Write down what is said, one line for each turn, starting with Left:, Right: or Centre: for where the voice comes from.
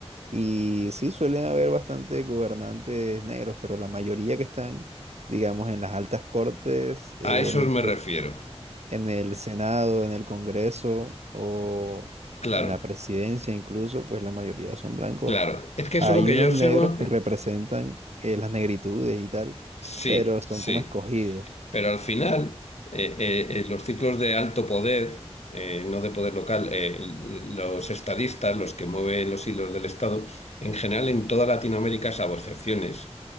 Right: Y sí, suelen haber bastante gobernantes negros, pero la mayoría que están, digamos, en las altas cortes, eh,
Left: a eso
Right: el-
Left: me refiero.
Right: en el Senado, en el Congreso o
Left: Claro,
Right: en la presidencia incluso, pues la mayoría son blancos.
Left: claro. Es que
Right: Hay
Left: eso es lo que
Right: unos
Left: yo observo.
Right: negros que
Left: eh,
Right: representan eh, las negritudes y tal,
Left: Sí,
Right: pero son
Left: sí.
Right: como escogidos.
Left: Pero al final, eh, eh, eh, los ciclos de alto poder, eh, no de poder local, eh, l- los estadistas, los que mueven los hilos del Estado, en general en toda Latinoamérica, salvo excepciones,